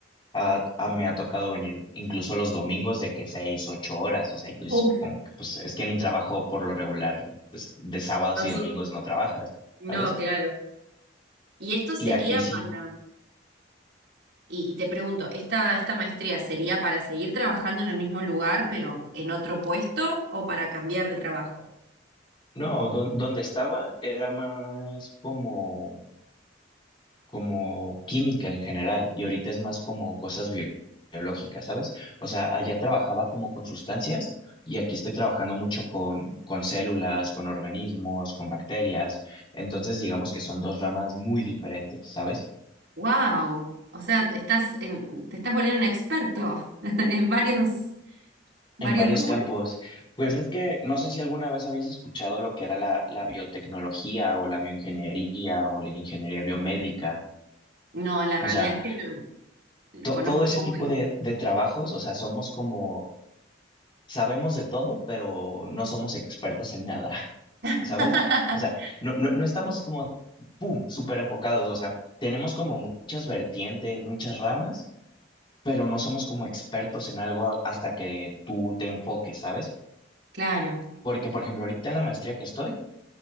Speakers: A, on the left; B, on the right.
A: Ah, ah, me ha tocado venir incluso los domingos de que seis, ocho horas, o sea, y tú dices,
B: Uf,
A: como que, pues es que en un trabajo por lo regular, pues de sábados
B: no,
A: y domingos no trabajas,
B: no,
A: ¿sabes?
B: claro. Y esto sería
A: Y aquí sí,
B: para, y, y te pregunto, ¿esta, esta maestría sería para seguir trabajando en el mismo lugar, pero en otro puesto, o para cambiar de trabajo?
A: no, don- donde estaba era más como como química en general y ahorita es más como cosas bio- biológicas, ¿sabes? O sea, allá trabajaba como con sustancias y aquí estoy trabajando mucho con, con células, con organismos, con bacterias, entonces digamos que son dos ramas muy diferentes, ¿sabes?
B: ¡Wow! O sea, te estás en- te estás volviendo un experto <laughs> en varios. varios
A: En varios
B: rubros.
A: campos. Pues es que no sé si alguna vez habías escuchado lo que era la, la biotecnología o la bioingeniería o la ingeniería biomédica.
B: No, la realidad
A: O sea,
B: es que lo, lo
A: to-
B: conozco
A: todo ese
B: un poco.
A: tipo
B: ahí.
A: de, de trabajos, o sea, somos como sabemos de todo, pero no somos expertos en nada, <laughs>
B: <laughs>
A: ¿sabes? O sea, no, no, no estamos como, ¡pum!, súper enfocados, o sea, tenemos como muchas vertientes, muchas ramas, pero no somos como expertos en algo hasta que tú te enfoques, ¿sabes?
B: Claro.
A: Porque, por ejemplo, ahorita en la maestría que estoy,